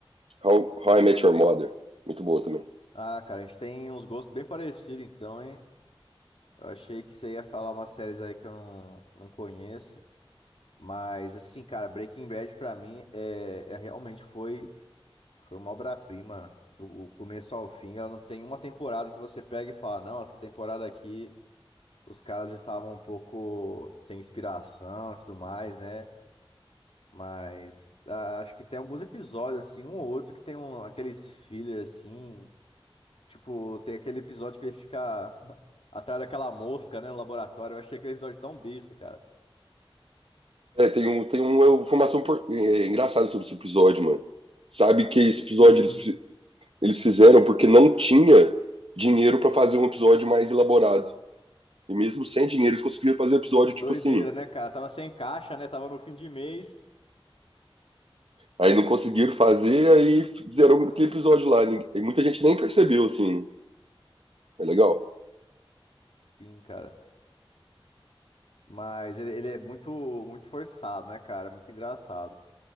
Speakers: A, on the right (about 75°); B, on the left (about 80°).
A: How, How I Met Your Mother. Muito boa também.
B: Ah, cara, a gente tem uns gostos bem parecidos, então, hein? Eu achei que você ia falar umas séries aí que eu não, não conheço, mas assim, cara, Breaking Bad pra mim é, é realmente foi, foi uma obra-prima do começo ao fim. Ela não tem uma temporada que você pega e fala, não, essa temporada aqui os caras estavam um pouco sem inspiração e tudo mais, né? Mas ah, acho que tem alguns episódios assim, um ou outro que tem um, aqueles filler assim, Tipo, tem aquele episódio que ele fica <laughs> atrás daquela mosca, né, no laboratório. Eu achei aquele episódio tão besta, cara.
A: É, tem, um, tem uma informação por- é, engraçada sobre esse episódio, mano. Sabe
B: Sim,
A: que esse episódio eles, fi- eles fizeram porque não tinha dinheiro pra fazer um episódio mais elaborado. E mesmo sem dinheiro, eles conseguiram fazer um episódio
B: doideira,
A: tipo assim.
B: né, cara? Tava sem caixa, né? Tava no fim de mês.
A: Aí não conseguiram fazer, aí fizeram aquele episódio lá. E muita gente nem percebeu, assim. É legal?
B: Sim, cara. Mas ele, ele é muito, muito forçado, né, cara? Muito engraçado.